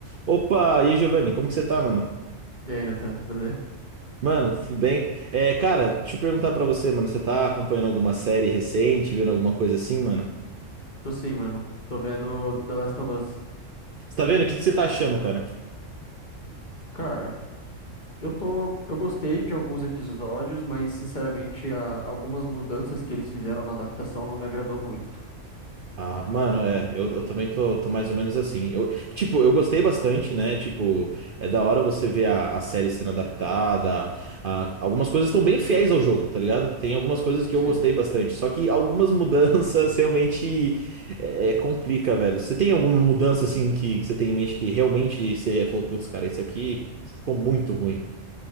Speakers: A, on the right (about 50°); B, on the left (about 35°).
A: Opa, e aí, Giovanni, como que você tá, mano?
B: E aí, Nathan, beleza?
A: Mano, tudo bem? É, cara, deixa eu perguntar pra você, mano, você tá acompanhando alguma série recente, vendo alguma coisa assim, mano?
B: Tô sim, mano. Tô vendo The Last of Us.
A: Você tá vendo? O que que você tá achando, cara?
B: Cara, eu tô. Eu gostei de alguns episódios, mas sinceramente, a- algumas mudanças que eles fizeram na adaptação não me agradou muito.
A: Ah, mano, é, eu, eu também tô, tô mais ou menos assim. Eu, tipo, eu gostei bastante, né? Tipo, é da hora você ver a, a série sendo adaptada. a- algumas coisas estão bem
B: Uhum.
A: fiéis ao jogo, tá ligado? Tem algumas coisas que
B: Sim.
A: eu gostei bastante. Só que algumas mudanças <laughs> realmente é, é, complica, velho. Você tem alguma mudança, assim, que, que você tem em mente que realmente você falou, putz, cara, isso aqui ficou muito ruim.